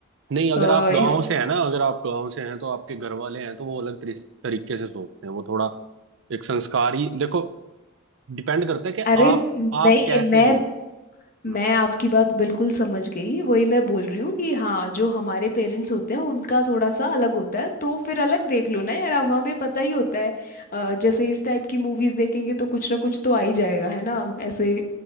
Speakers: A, on the right; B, on the left.
A: नहीं अगर
B: अ,
A: आप गांव
B: इस
A: से हैं ना अगर आप गांव से हैं तो आपके घर वाले हैं तो वो अलग तरी- तरीके से सोचते हैं वो थोड़ा एक संस्कारी देखो डिपेंड करता है कि
B: अरे
A: आप
B: नहीं
A: आप कैसे
B: मैं
A: हो हम्म,
B: मैं
A: हम्म।
B: आपकी बात बिल्कुल समझ गई वही मैं बोल रही हूँ कि हाँ जो हमारे पेरेंट्स होते हैं उनका थोड़ा सा अलग होता है तो फिर अलग देख लो ना यार हम हमें पता ही होता है अ, जैसे इस टाइप की मूवीज देखेंगे तो कुछ ना कुछ तो आ ही जाएगा है ना ऐसे